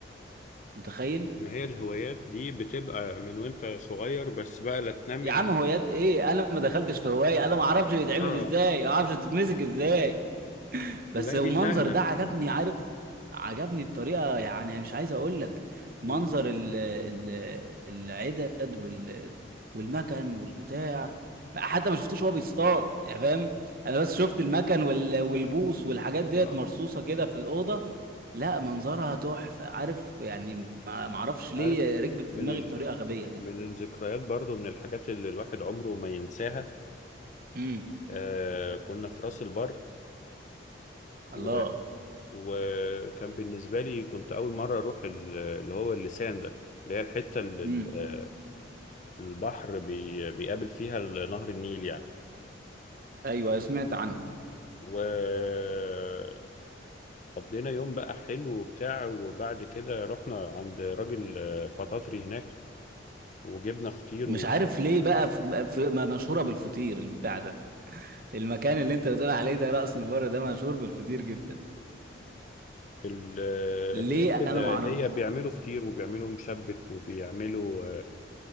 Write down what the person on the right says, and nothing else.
متخيل
يا
عم هوايات إيه أنا ما دخلتش في هواية أنا ما أعرفش بيتعمل
إزاي ما أعرفش تتمسك إزاي بس
المنظر
ده عجبني عارف عجبني بطريقة يعني مش عايز اقول لك منظر
ال ال العدد وال والمكن والبتاع حتى ما شفتوش وهو بيصطاد يعني فاهم انا بس شفت المكن وال والبوص والحاجات ديت
مرصوصة كده في الأوضة لا منظرها تحفة عارف يعني ما ما اعرفش ليه
ركبت
في دماغي
بطريقة غبية كده
امم
الله
امم
ايوه سمعت عنها
مش
عارف ليه بقى في بقى في- مشهورة بالفطير البتاع ده المكان اللي انت بتقول عليه ده رأس البر ده مشهور بالفطير جدا
ليه
انا
ما اعرفش